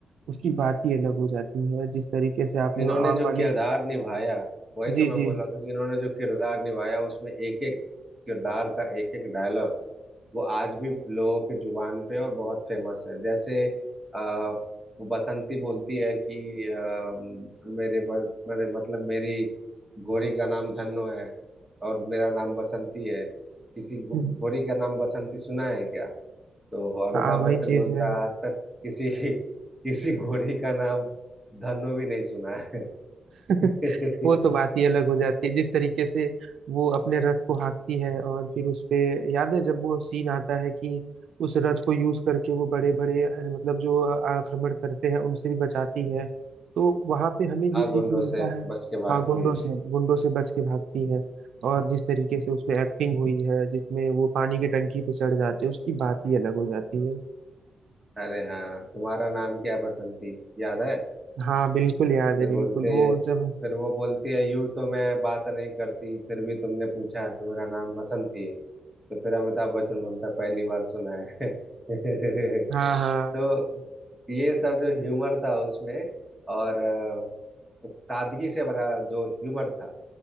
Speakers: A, on the right; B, in the centre.
A: उसकी बात ही अलग हो जाती है जिस तरीके से आपने
B: इन्होंने
A: वो आम
B: जो
A: वाली
B: किरदार निभाया वही तो
A: जी
B: मैं
A: जी
B: बोल रहा था कि इन्होंने जो किरदार निभाया उसमें एक एक किरदार का एक एक डायलॉग वो आज भी लोगों की जुबान पे और बहुत फेमस है जैसे आ, वो बसंती बोलती है कि आ, मेरे ब- मेरे- मतलब मेरी घोड़ी का नाम धन्नो है और मेरा नाम बसंती है किसी घो-
A: हम्म,
B: घोड़ी का नाम बसंती सुना है क्या तो अमिताभ
A: हाँ वही
B: बच्चन
A: चीज
B: बोलता
A: है
B: है आज तक किसी <laughs> किसी घोड़ी का नाम धन्नो भी नहीं सुना है
A: <laughs>
B: हाँ
A: वो तो बात ही अलग हो जाती है जिस तरीके से वो अपने रथ को हाँकती है और फिर उस पे याद है जब वो सीन आता है कि उस रथ को यूज करके वो बड़े बड़े मतलब जो आक्रमण करते हैं उनसे भी बचाती है तो वहां पे हमें ये
B: हाँ
A: सीख
B: गुंडों
A: मिलता
B: से
A: है
B: बच के भागती
A: हाँ गुंडों
B: है
A: से गुंडों से बच के भागती है और जिस तरीके से उसमें एक्टिंग हुई है जिसमें वो पानी की टंकी पे चढ़ जाते हैं उसकी बात ही अलग हो जाती है
B: अरे हाँ तुम्हारा नाम क्या है बसंती याद है
A: हाँ बिल्कुल याद है
B: फिर
A: बिल्कुल
B: बोलते
A: वो
B: हैं
A: जब
B: फिर वो बोलती है यूं तो मैं बात नहीं करती फिर भी तुमने पूछा है तो मेरा नाम बसंती है तो फिर अमिताभ बच्चन बोलता है, पहली बार सुना है <laughs>
A: हाँ हाँ
B: तो ये सब जो ह्यूमर था उसमें और अ, सादगी से भरा जो ह्यूमर था